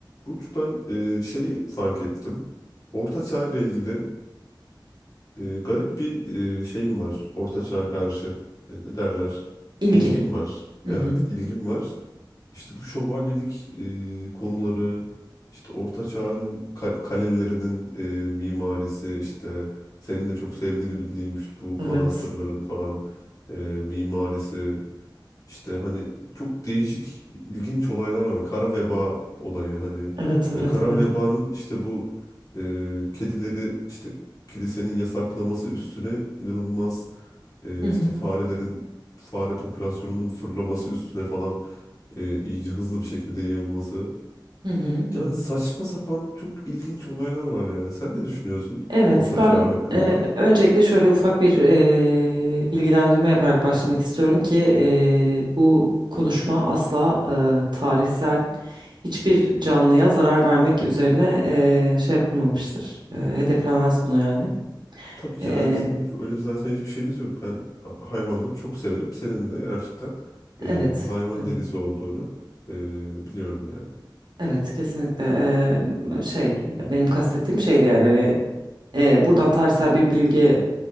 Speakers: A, on the left (about 45°); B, on the right (about 65°).
A: Burcu ben e, şeyi fark ettim. Orta Çağ ile ilgili e, garip bir e, şeyim var. Orta Çağ'a karşı e, ne derler?
B: İlgi.
A: İlgim var.
B: Hı
A: Evet,
B: hı.
A: ilgim var. İşte bu şövalyelik e, konuları, işte Orta Çağ'ın ka- kalelerinin e, mimarisi, işte senin de çok sevdiğini bildiğim işte bu
B: Evet.
A: manastırların falan e, mimarisi. İşte hani çok değişik ilginç olaylar var. Kara veba olayı hani
B: Evet, evet,
A: ve kara
B: evet.
A: vebanın işte bu e, kedileri işte kilisenin yasaklaması üstüne inanılmaz e,
B: Hı hı.
A: işte farelerin fare popülasyonunun fırlaması üstüne falan e, iyice hızlı bir şekilde yayılması.
B: Hı hı.
A: Çok
B: Hı
A: yani
B: hı.
A: saçma sapan çok ilginç olaylar var ya. Sen ne düşünüyorsun
B: Evet,
A: Orta
B: ben
A: Çağ hakkında?
B: e, öncelikle şöyle ufak bir e, bilgilendirme yaparak başlamak istiyorum ki e, bu konuşma asla e, tarihsel hiçbir canlıya zarar vermek üzerine e, şey yapılmamıştır. E, hedeflemez bunu yani.
A: Tabii ki
B: E,
A: yani bizim hiç- öyle zaten hiçbir şeyimiz yok. Ben ha- hayvanları çok severim. Senin de gerçekten e,
B: evet.
A: bir hayvan
B: Evet.
A: delisi olduğunu e, biliyorum yani.
B: Evet kesinlikle Eee, şey benim kastettiğim şeydi yani hani, eee, buradan tarihsel bir bilgi